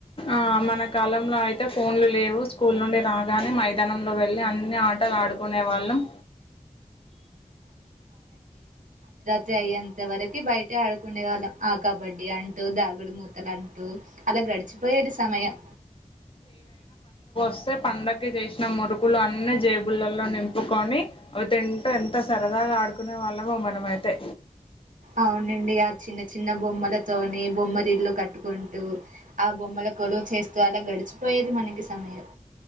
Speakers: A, on the left (about 40°); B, on the right (about 70°).
A: ఆ మన కాలంలో అయితే ఫోన్లు లేవు స్కూల్ నుండి రాగానే మైదానంలో వెళ్ళి అన్ని ఆటలు ఆడుకునే వాళ్ళం
B: తే అయ్యేంత వరకు బయట ఆడుకునే వాళ్ళం ఆ కబడ్డీ అం టు దాగుడు మూతలు అంటూ అలా గడిచిపోయేది సమయం
A: సే పండగకి చేసిన మురుకులు అన్ని జేబులలో నింపుకొని అవి తింటూ ఎంత సరదాగా ఆడుకునే వాళ్ళమో మనమైతే
B: అవునండి ఆ చిన్న చిన్న బొమ్మలతోని బొమ్మరిల్లు కట్టుకుంటూ ఆ బొమ్మల కొలువు చేస్తూ అలా గడుచు పోయేది మనీకి సమయం